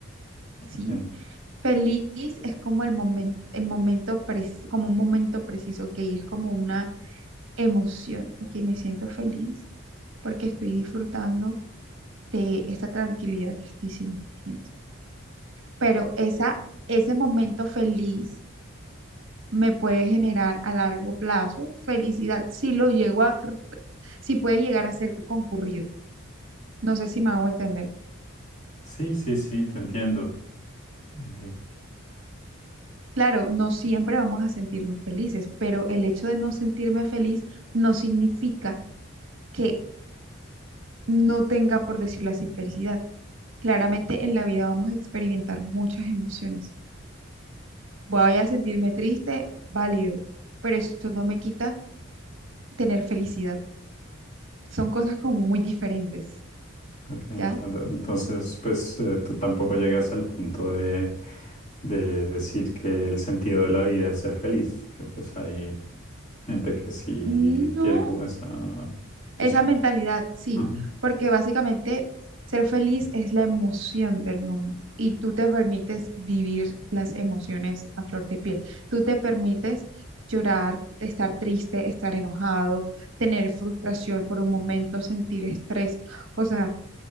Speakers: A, on the left; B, on the right.
A: Ok.
B: ¿sí? Feliz es como el momento, el momento pres- como un momento preciso, ok, es como una emoción, ok, me siento feliz porque estoy disfrutando de esta tranquilidad que estoy sintiendo. Pero esa, ese momento feliz me puede generar a largo plazo felicidad si lo llego a, si puede llegar a ser concurrido. No sé si me hago entender.
A: Sí, sí, sí, te entiendo. Eh,
B: Claro, no siempre vamos a sentirnos felices, pero el hecho de no sentirme feliz no significa que no tenga, por decirlo así, felicidad. Claramente en la vida vamos a experimentar muchas emociones. Voy a sentirme triste, válido, pero eso no me quita tener felicidad. Son cosas como muy diferentes,
A: ok, entiendo.
B: ¿ya?
A: Entonces, pues eh, tú tampoco llegas al punto de, de decir que el sentido de la vida es ser feliz, que pues hay gente que sí
B: No,
A: tiene como esa visión.
B: Esa mentalidad, sí,
A: Ujú.
B: porque básicamente ser feliz es la emoción del momento y tú te permites vivir las emociones a flor de piel. Tú te permites llorar, estar triste, estar enojado, tener frustración por un momento, sentir estrés. O sea,